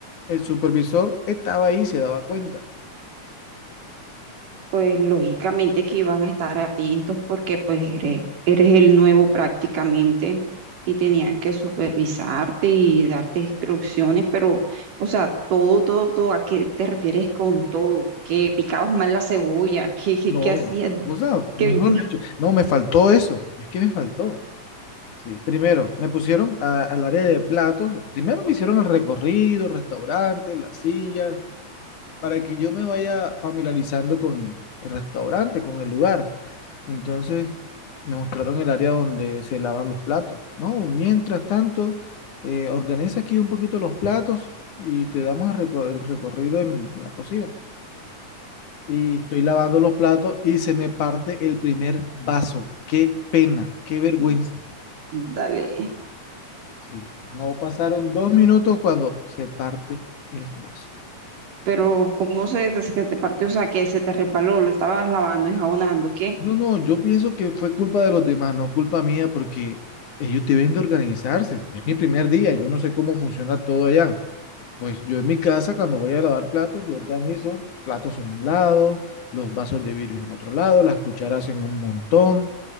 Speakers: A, on the left; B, on the right.
A: el supervisor estaba ahí y se daba cuenta.
B: pues lógicamente que iban a estar atentos porque pues eres, eres el nuevo prácticamente y tenían que supervisarte y darte instrucciones, pero, o sea, todo, todo, todo, ¿a qué te refieres con todo? ¿Que picabas mal la cebolla? ¿Qué, qué,
A: No,
B: qué hacías?
A: vos sabes,
B: ¿Qué...
A: mejor dicho, no, me faltó eso, es que me faltó. Sí. Primero, me pusieron a- al área de platos, primero me hicieron el recorrido, restaurantes, las sillas, para que yo me vaya familiarizando con el restaurante, con el lugar. Entonces me mostraron el área donde se lavan los platos, ¿no? Mientras tanto, eh, organiza aquí un poquito los platos y te damos el, reco- el recorrido en la cocina. Y estoy lavando los platos y se me parte el primer vaso. Qué pena, qué vergüenza.
B: dale
A: Sí, no pasaron dos minutos cuando se parte el vaso.
B: pero ¿cómo se, se te partió? O sea, que se te resbaló, lo estabas lavando, enjabonando, ¿qué?
A: No, no, yo pienso que fue culpa de los demás, no culpa mía, porque ellos deben de organizarse. Es mi primer día, yo no sé cómo funciona todo allá. Pues yo en mi casa, cuando voy a lavar platos, yo organizo platos a un lado, los vasos de vidrio en otro lado, las cucharas en un montón